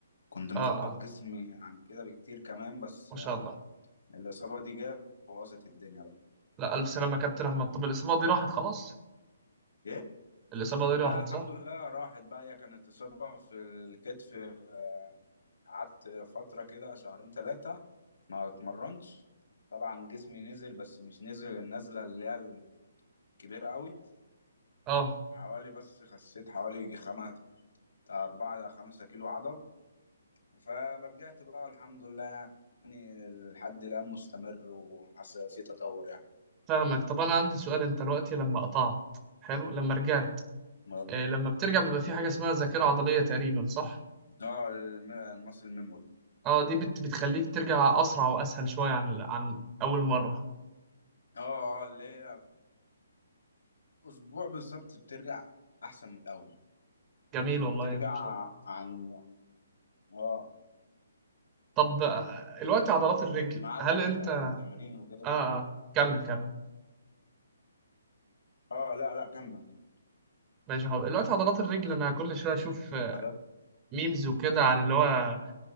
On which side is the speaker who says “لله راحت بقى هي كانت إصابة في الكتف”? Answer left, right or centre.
Left